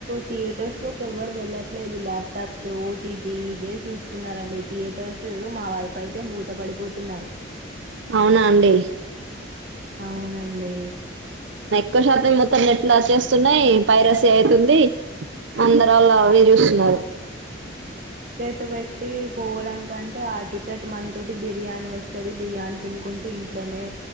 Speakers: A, on the right (about 45°); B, on the right (about 75°).
A: థియేటర్స్ లోకి ఎవ్వరు వెళ్లట్లేదు లాప్ టాప్ ఓటీటి ఇవే చూస్తున్నారండి థియేటర్స్ మా వైపు అయితే మూత పడిపోతున్నాయ్
B: అవునా అండి
A: అవునండి
B: ఎక్క శాతం మొత్తం నెట్ల్ అచ్చేస్తున్నాయ్ పైరసి ఐతుంది అందరు ఆళ్ల ఓయి
A: అక్-
B: చూస్తున్నారు
A: టువేట్టి పోవడం కంటే ఆ టికెట్ మనీ తోటి బిర్యానీ వస్తది బిర్యానీ తినుకుంటూ ఇంట్లోనే